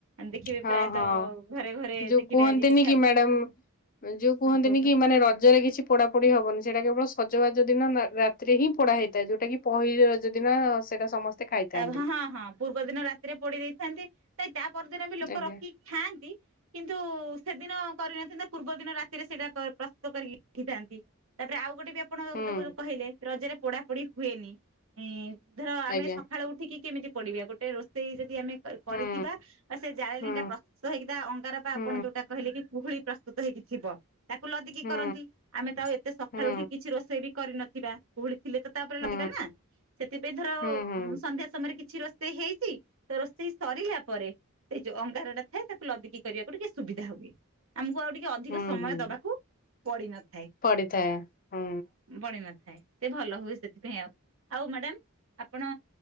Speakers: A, on the right; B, on the left.
A: ଦେଖିବେ
B: ହଁ
A: ପ୍ରାୟତଃ
B: ହଁ
A: ଘରେ ଘରେ
B: ଯୋଉ
A: ଦେଖିବେ
B: କୁହନ୍ତିନି
A: ଆଜି ପିଠା
B: କି ମ୍ୟାଡାମ ଯୋଉ କୁହନ୍ତିନି
A: ହଁ କୁହନ୍ତୁ।
B: କି ମାନେ ରଜରେ କିଛି ପୋଡ଼ା ପୋଡ଼ି ହବନି ସେଇଟା କେବଳ ସଜବାଜ ଦିନ ରାତିରେ ହିଁ ପୋଡ଼ା ହେଇଥାଏ ଯଉଟା କିି ପହିଲ ରଜ ଦିନ ସେଇଟା ସମସ୍ତେ ଖାଇଥାନ୍ତି
A: ହଁ ହଁ ପୂର୍ବ ଦିନ ରାତିରେ ପୋଡି ଦେଇଥାନ୍ତି କାଇଁ ତା ତା ପରଦିନ ବି ଲୋକ
B: ଆଜ୍ଞା
A: ରଖିକି ଖାନ୍ତି। କିନ୍ତୁ ସେଦିନ କରିନଥାନ୍ତା ପୂର୍ବ ଦିନ ରାତିରେ ସେଇଟା ପ୍ରସ୍ତୁତ କରିକି ରଖଥାନ୍ତି। ତାପରେ ଆଉ ଗୋଟେ ବି ଆପଣ
B: ହୁଁ
A: ଯୋଉ କହିଲେ ରଜରେ ପୋଢାପୋଡି ହୁଏନି ଧର ଆମେ
B: ଆଜ୍ଞା
A: ଳ ଉଠିକି କେମିତି ପଡିବା ଗୋଟେ ରୋଷେଇ ଯଦି ଆମେ କ କରିଥିବା।
B: ହୁଁ
A: ବା ସେ ଜାଳେଣୀ
B: ହୁଁ
A: ଟା ପ୍ରସ୍ତୁତ ହେଇକି ଅଙ୍ଗାର ବା
B: ହୁଁ
A: ଆପଣ ଯୋଉଟା କହିଲେ କି କୁହୁଳି ପ୍ରସ୍ତୁତ ହେଇକିଥିବ। ତାକୁ ଲଦିକି
B: ହୁଁ
A: କରନ୍ତି ଆମେ ତ ଆଉ ଏତେ ସକାଳୁ
B: ହୁଁ
A: ଉଠି କିଛି ରୋଷ ସେ ବି କରି ନଥିବା କୁହୁଳି ଥିଲେ ତ ତାପରେ ଲଦିବା
B: ହୁଁ
A: ନା ସେଥିପାଇଁ ଧର
B: ହୁଁ ହୁଁ
A: ସନ୍ଧ୍ୟା ସମ ମା ରେ କିଛି ରୋଷେଇ ହେଇଛି ତ ରୋଷେଇ ସରିଲା ପରେ ସେ ଯୋଉ ଅଙ୍ଗାର ଟା ଥାଏ ତାକୁ ଲଦିକି କରିବାକୁ ଟିକେ ସୁବିଧା ହୁଏ ଆମକୁ ଆଉ ଟିକେ ଅଧିକ
B: ହୁଁ
A: ସମୟ
B: ହୁଁ
A: ଦବାକୁ ପଡିନଥାଏ।
B: ପଡିଥାଏ ହୁଁ।
A: ବଣି ନଥାଏ ସେ ଭଲ ହୁଏ ସେଥିପାଇଁ ଆଉ ଆଉ ମ୍ୟାଡାମ ଆପଣ